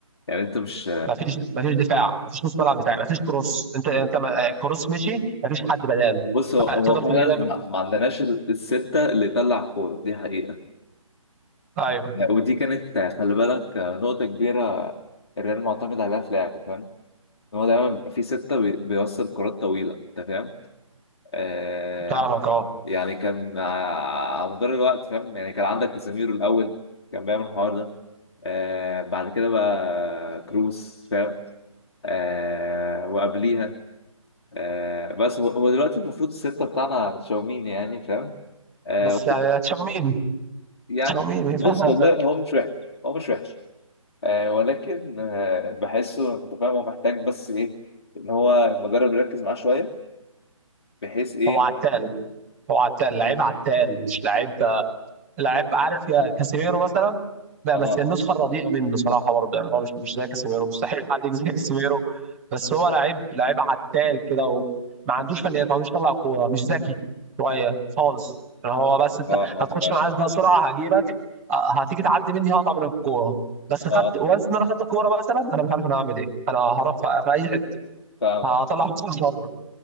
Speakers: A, on the left (about 50°); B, on the right (about 25°).
A: يعني انت مش
B: مفيش مفيش دفاع مفيش نص ملعب دفاعي مفيش كروس انت انت ما- آه، كروس مشي مفيش حد بداله
A: بص هو هو
B: آه، تقدر
A: فعلا
B: تقول كده
A: ما ما عندناش ال- الستة اللي تلعب كورة دي حقيقة
B: ايوه
A: يعني ودي كانت آه، خلي بالك آه، نقطة كبيرة الريال معتمد عليها في لعبه فاهم إن هو دايما بيبقى في ستة بي- بيوصل كرات طويلة أنت فاهم آه
B: فاهمك اه
A: يعني كان آه، على مدار الوقت فاهم يعني كان عندك كاسيميرو الأول كان بيعمل الحوار ده آه بعد كده بقى كروس فاهم آه وقبليها آه بس هو هو دلوقتي المفروض الستة بتاعنا تشاوميني يعني فاهم آه،
B: بس يعني تشاوميني
A: يعني
B: تشاوميني فاهم
A: بص والله هو مش وحش هو مش وحش آه ولكن آه بحسه انت فاهم هو محتاج بس ايه ان هو المدرب يركز معاه شويه بحيث ايه
B: هو عتال هو عتال لعيب عتال مش لعيب لعيب عارف يا كاسيميرو مثلا لا بس
A: اه اه
B: النسخه الرديئه منه صراحه برضه يعني هو مش مش زي كاسيميرو مستحيل حد يجي زي كاسيميرو بس هو لعيب لعيب عتال كده وما عندوش فنيات ما عندوش طلع كوره مش ذكي شويه خالص يعني هو بس انت
A: اه اه
B: هتخش
A: فعلا.
B: معايا بقى سرعه هجيبك أه، هتيجي تعدي مني هقطع منك الكوره بس خدت
A: اه
B: وانس ان انا خدت الكوره مثلا انا مش عارف انا هعمل ايه انا هروح في في اي حته
A: فاهم
B: هطلع
A: اه
B: <laughs> الكوره بره